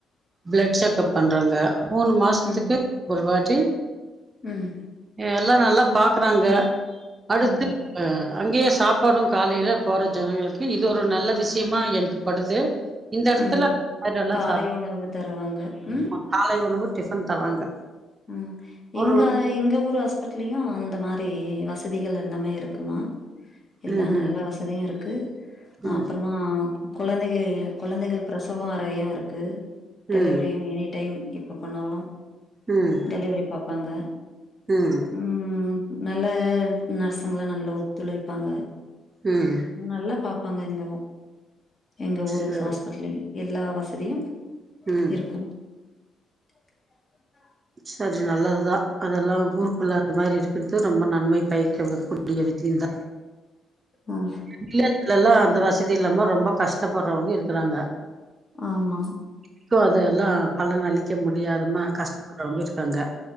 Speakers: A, on the right; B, on the left.
A: பிளட் செக்கப் பண்றாங்க மூணு மாசத்துக்கு
B: ம்.
A: ஒரு வாட்டி
B: ம்
A: எல்லா நல்லா பாக்குறாங்க அடுத்து
B: ம்.
A: அங்கேயே சாப்பாடு காலையில போற ஜனங்களுக்கு இது ஒரு நல்ல விஷியோ மா எனக்கு படுது இந்த எடத்துல
B: ம்.
A: வயிறு நல்லா
B: காலை
A: சாதோ
B: உணவு தருவாங்க. ம்.
A: ம்மா காலை உணவு டிஃபன் தராங்க
B: ம் எங்க
A: ஒரு
B: எங்க ஊரு ஹாஸ் பிட்லயு அந்த மாரி வசதிகள் எல்லாமே இருக்குமா எல்லா
A: ம்ஹும்
B: நல்ல வசதியு இருக்கு
A: ம்
B: அப்றோமா குழந்தைகள் குழந்தைகள் பிரச வோ அறையு இருக்கு டெலிவரியு
A: ம்
B: எனி டைம் எப்ப போண்ணாலு
A: ம்
B: டெலிவரி பாப்பாங்க
A: ம்
B: ம் நல்ல நர்ஸ்ங்களு நல்லா ஒத்துழைப்பாங்க
A: ம்
B: நல்லா பாப்பாங்க இங்கவு எங்க ஊரு
A: சரி
B: ஹாஸ்பிட்டலயு எல்லா வசதியு
A: ம்
B: இருக்கு <unintelligible>
A: சரி நல்லதுதா அதெல்லா ஊருக்குள்ள
B: ம்.
A: அது மாரி இருக்குறது ரொம்ப நன்மை பைக்கூட கைய வித்திந்தா
B: ம்.
A: வில்லேஜில எல்லா அந்த வசதி இல்லாம ரொம்ப கஷ்டப்படுறவங்க இருக்குறாங்க
B: ஆமா
A: இன்னு அதெல்லா பலன அளிக்க முடியாதமா கஷ்டப்படுறவங்க இருக்காங்க